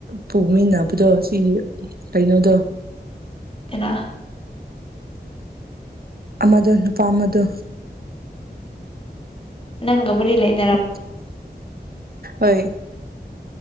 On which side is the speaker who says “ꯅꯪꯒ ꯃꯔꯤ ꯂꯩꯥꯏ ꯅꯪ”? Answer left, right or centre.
Left